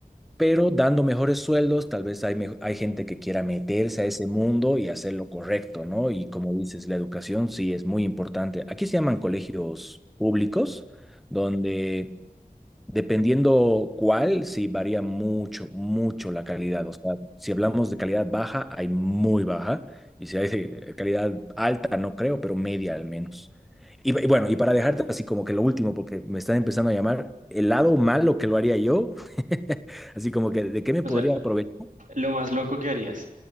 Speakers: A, in the centre; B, on the right (about 60°).
A: pero dando mejores sueldos, tal vez hay, mejo- hay gente que quiera meterse a ese mundo y hacer lo correcto, ¿no? Y como dices, la educación sí es muy importante. Aquí se llaman colegios públicos, donde Dependiendo cuál, sí varía mucho, mucho la calidad. O sea, si hablamos de calidad baja, hay muy baja. Y si hay de calidad alta, no creo, pero media al menos. Y, y bueno, y para dejarte así como que lo último, porque me están empezando a llamar, el lado malo que lo haría yo, <laughs> así como que, ¿de qué me
B: O
A: podría
B: sea,
A: aprovechar?
B: lo más loco que harías.